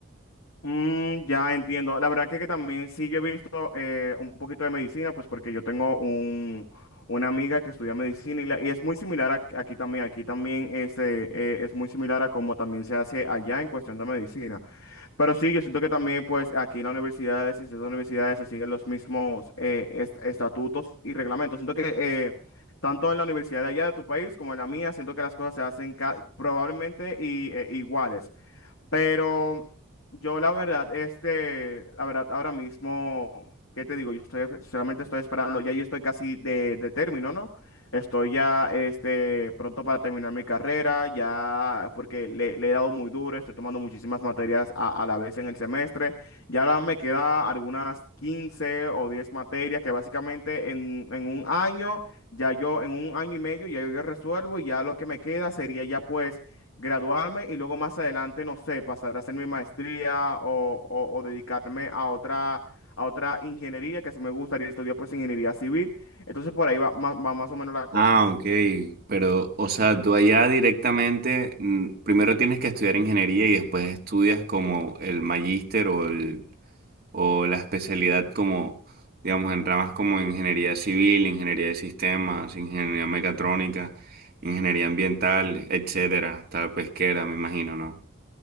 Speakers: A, on the left; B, on the right.
A: Mm, ya entiendo. La verdad que, que también sí yo he visto eh, un poquito de medicina, pues porque yo tengo un, una amiga que estudia medicina y, la- y es muy similar a- aquí también. Aquí también este, eh, es muy similar a como también se hace allá en cuestión de medicina. Pero sí, yo siento que también pues aquí en la universidad, en ciertas universidades se siguen los mismos eh, est- estatutos y reglamentos. Siento que eh, tanto en la universidad de allá de tu país como en la mía, siento que las cosas se hacen ca- probablemente y, eh, iguales. Pero yo la verdad, este, la verdad, ahora mismo, ¿qué te digo? Yo estoy, solamente estoy esperando, ya yo estoy casi de, de término, ¿no? Estoy ya, este, pronto para terminar mi carrera, ya, porque le, le he dado muy duro, estoy tomando muchísimas materias a, a la vez en el semestre. Ya ahora me queda algunas 15 o 10 materias que básicamente en, en un año, ya yo, en un año y medio, ya yo resuelvo y ya lo que me queda sería ya pues graduarme y luego más adelante, no sé, pasar a hacer mi maestría o, o- o dedicarme a otra, a otra ingeniería que sí me gustaría estudiar, pues ingeniería civil. Entonces por ahí va, ma- va más o menos la cosa.
B: Ah, ok. Pero, o sea, tú allá directamente, mm, primero tienes que estudiar ingeniería y después estudias como el magíster o el, o la especialidad como, digamos, en ramas como ingeniería civil, ingeniería de sistemas, ingeniería mecatrónica, ingeniería ambiental, etcétera, hasta pesquera, me imagino, ¿no?